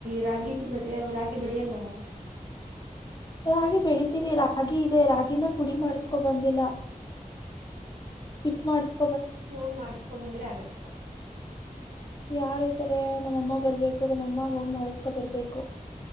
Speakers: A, on the right; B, on the left.
A: ರಾಗಿ ಹಟ್ಟು ಬಳ ರಾಗಿ ಬಳ ಅಲ್ವಾ
B: ರಾಗಿ ಬೆಳಿತೀವಿ ರಾಗಿ ಇದೆ ರಾಗಿಿನ ಪುಡಿ ಮಾಡಸ್ಕೊ ಬಂದಿಲ್ಲ ಹಿಟ್ಟ ಮಾಡಸ್ಕ
A: ಹೋಗ್ ಮಾಡಿಸ್ಕೊಂಡು ಬಂದ್ರೆ ಆಗತ್ತಪ್ಪಾ
B: ಯಾರು ಇದತಾರೆ ನಮ್ಮಅಮ್ಮ ಬರ್ಬೇಕು ನಮ್ಮಮ್ಮ ಹೋಗಿ ಯಾರ್ ವೈತಾರೆ ನಮ್ಮಮ ಬರಬೇಕು ನಮ್ಮಮ ಮಾಡಸ್ಕೊ ಬರ್ಬೇಕು